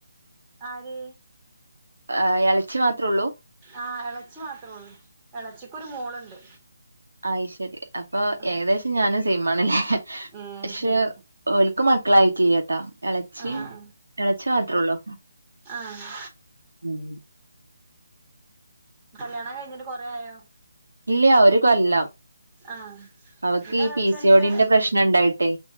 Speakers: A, on the right; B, on the right.
A: ആര്
B: ആ, ഇളച്ചി മാത്രേ ഉള്ളൂ
A: ആഹ് എളച്ചി മാത്രേള്ളൂ എളച്ചിക്കൊരു മോളുണ്ട്
B: അയ്ശരി അപ്പൊ
A: ആഹ്
B: ഏകദേശം ഞാനും സൈമാണല്ലേ പക്ഷെ
A: ഏഹ് അത് ശരി
B: ഓൽക്ക് മക്കളായിട്ടില്ലട്ടാ എളച്ചിയും
A: ആഹ്
B: എളച്ചി മാത്രേള്ളൂ
A: ആഹ്
B: <inaudible>
A: കല്യാണം കഴിഞ്ഞിട്ട് കൊറെയായോ
B: ഇല്ലഒര് കൊല്ലം
A: ആഹ്
B: അവക്ക്
A: എന്റെ
B: ഈ
A: എളച്ചന്റെ
B: പീസിഓടിന്റെ പ്രശ്നംണ്ടായിട്ടേ